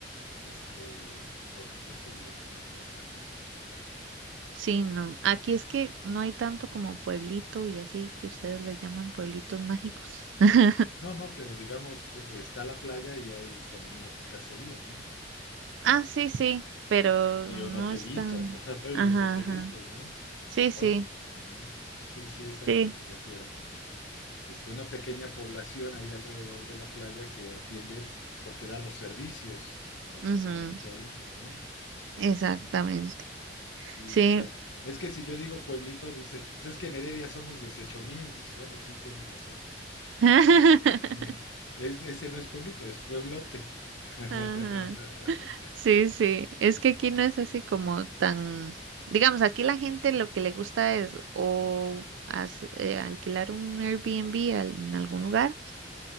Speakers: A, on the left; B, on the right.
A: Este, y por supuesto, evidentemente la playa, eso está claro.
B: Sí, no. Aquí es que no hay tanto como pueblito y así que ustedes le llaman pueblitos mágicos. <laughs>
A: No, no, pero digamos, eh, está la playa y hay cuando menos un caserío, ¿no?
B: Ah, sí, sí, pero
A: Y
B: no
A: un hotelito,
B: es tan...
A: <laughs> y
B: Ajá,
A: los hotelitos,
B: ajá.
A: ¿no?
B: Sí, sí,
A: O- ujú. Sí, sí, es a
B: sí.
A: lo que me refiero, como este, una pequeña población ahí alrededor de la playa que atiende porque da los servicios fundamentalmente
B: Ujú,
A: ahí, ¿no?
B: Exactamente.
A: Sí,
B: Sí.
A: o sea, es que si yo digo pueblito, dices, pues es que en Heredia somos dieciocho mil, dices, bueno, sí, tienes razón.
B: <laughs>
A: <laughs> Es, ese no es pueblito, es pueblote. <laughs>
B: Ajá. Sí, sí. Es que aquí no es así como tan... Digamos, aquí la gente lo que le gusta es o as- eh, alquilar un Airbnb al- en algún lugar.